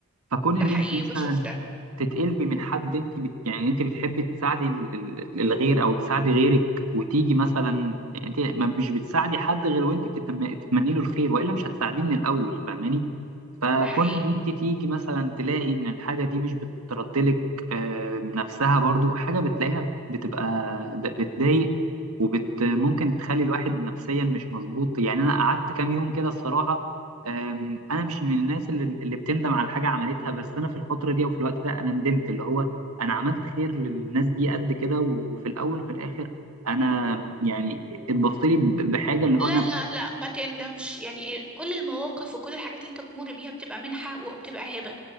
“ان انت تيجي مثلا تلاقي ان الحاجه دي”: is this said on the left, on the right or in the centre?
Right